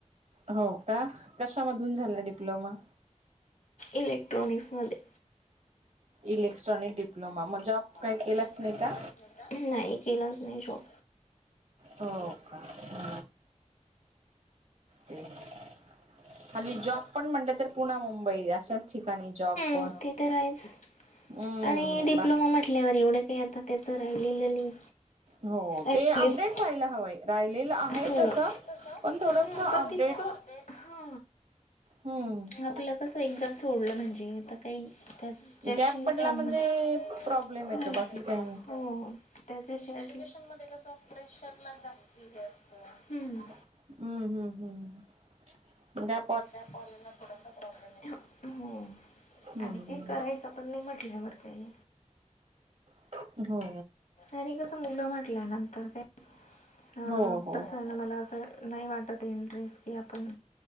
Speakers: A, on the right; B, on the left.
A: हो का कशामधून झालाय डिप्लोमा?
B: इलेक्ट्रॉनिक्स मध्ये.
A: इलेस्ट्रॉनिक डिप्लोमा मग जॉब? काही
B: म
A: केलाच
B: जॉब
A: नाही
B: काही
A: का?
B: केलाच नाही का? नाही केलाच नाही जॉब.
A: हो का? <inaudible> तेच <inaudible> खाली जॉब पण म्हटलं तर पुना मुंबई अशाच ठिकाणी जॉब. पण
B: <unintelligible> ते तर आहेच
A: हम्म
B: आणि डिप्लोमा
A: बा
B: म्हटल आपल्यावर येवढं काही आता तेच राहिलेलं नाही.
A: हो
B: ॲटलिस्ट
A: ते अपडेट व्हायला हवंय राहिलेलं आहे
B: हो
A: तसं.
B: <unintelligible>
A: पण थोडस
B: हा
A: अपडेट
B: पण तितक हा
A: हम्म
B: आपल कस एकदा सोडलं म्हणजे आता काही त्याच्याशी
A: गॅप पडला
B: संबध
A: म्हणजे
B: <unintelligible>
A: प्रॉब्लेम येतो
B: इनौडिबल
A: बाकी काही नाही
B: हो. त्याच्याशी एज्युकेशन मध्ये कस प्रेशर ला जास्ती हे असत हम्म.
A: हम्म -हम्म -हम्म ग
B: गॅप वाल्यांना थोडसा प्रॉब्लेम येतो
A: हम्म
B: आणि का करायचा पण नाही म्हटल्यावर काही.
A: <inaudible> हो.
B: आणि कस मुलं म्हटल्या नंतर काय. हा
A: हो हो
B: तस आहे ना मला असं नाही वाटत इंटरेस्ट की आपण